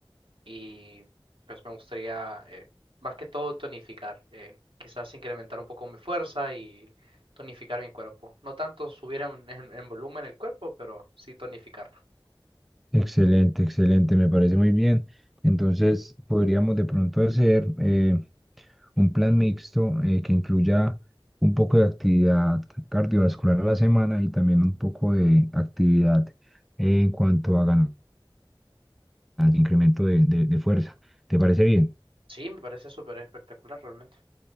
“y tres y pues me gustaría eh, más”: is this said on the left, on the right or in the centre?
Right